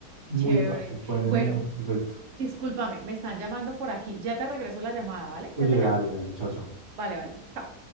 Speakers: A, on the right; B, on the right.
A: Muy
B: Chévere.
A: rápido, fue en
B: Bueno,
A: el momento perfecto.
B: discúlpame, me están llamando por aquí. Ya te regreso la llamada, ¿vale?
A: Oye,
B: Ya te llamo.
A: dale, dale, chao, chao.
B: Vale, vale. Chao.